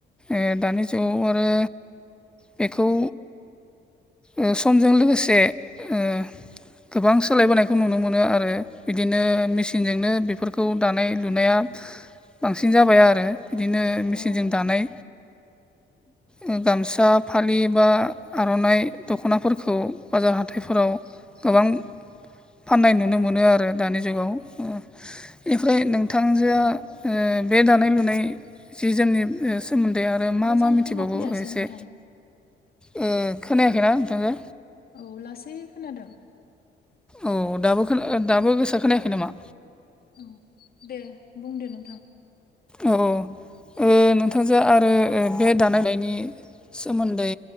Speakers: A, in the centre; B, on the left.
A: ओ दानि जुगाव आरो बेखौ ओ समजों लोगोसे ओ गोबां सो सोलायबोनायखौ नुनो मोनो आरो। बिदिनो मेसिनजोंनो बेफोरखौ दानाय लुनाया बांसिन जाबाय आरो इदिनो मेचिनजों
B: औ
A: दानाय ओ गामसा फालि बा आर'नाइ दख'नाफोरखौ बाजार हाथाइफोराव गोबां फाननाय नुनो मोनो आरो दानि जुगाव। ओ इनिफ्राय नोंथांजोआ
B: हेलौ
A: ओ बे दानाय लुनाय जि जोंमनि ओ सा सोमोन्दै आरो मा
B: मोजां
A: मा मिथिबावगौ
B: खोनाफैयासै
A: एसे
B: नोंथां
A: ओ खोनायाखैना नोंथांजो
B: औ लासै खोनादों
A: औ दाबो खोना ओ दाबो गोसा खोनायाखै नामा?
B: औ दे बुंदो नोंथां।
A: औ ओ नोंथांजो आरो बे दानाय लुनायनि सोमोन्दै